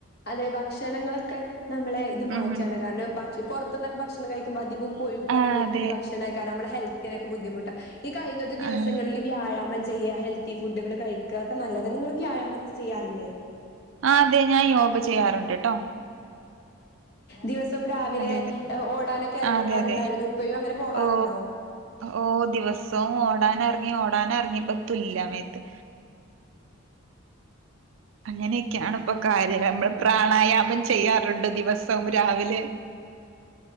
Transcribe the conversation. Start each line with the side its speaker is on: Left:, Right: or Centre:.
Left: അതെ ഭക്ഷണങ്ങളൊക്കെ ക്ക നമ്മളെ ഇത് മാറ്റണ്
Right: ഉം
Left: കാരണം ഭ പോറത്തുന്നൊക്കെ ഭക്ഷണം കഴിക്കുമ്പോൾ അധികോം കൊഴുപ്പ്
Right: ആഹ്
Left: അടങ്ങിയ
Right: അതെ
Left: കൂടിയ ഭക്ഷണെയ്ക്കാരം അമ്മളെ ഹെൽത്തിനൊക്കെ ബുദ്ധിമുട്ടാ ഈ കഴിഞ്ഞ ഒര് ദിവങ്ങളില്
Right: ആഹ്
Left: വ്യായാമം ചെ ചെയ്യ ഹെൽത്തി ഫുഡുകള് കഴിക്ക ഒക്കെ നല്ലതാ നിങ്ങള് വ്യായാമം ചെയ്യാറില്ലേ?
Right: ആ അതെ ഞാൻ യോഗ ചെയ്യാറ്ണ്ട് ട്ടോ.
Left: ദിവസം രാവിലെ
Right: അതെ
Left: ഓടാനൊക്കെ എറങ്ങാറ്ണ്ടായ്രുന്നു.
Right: അതെ അതെ
Left: ഇപ്പഴും അങ്ങനെ പോവാറുണ്ടോ?
Right: ഓ ഓ ദിവസവും ഓടാന് എറങ്ങി ഓടാന് ഇറങ്ങിയപ്പ തുല്യമേത്ത് അങ്ങനെയൊക്കെയാണ് ഇപ്പോ കാര്യം നമ്മള് പ്രാണായ യാമം ചെയ്യാറുണ്ട് ദിവസം രാവിലെ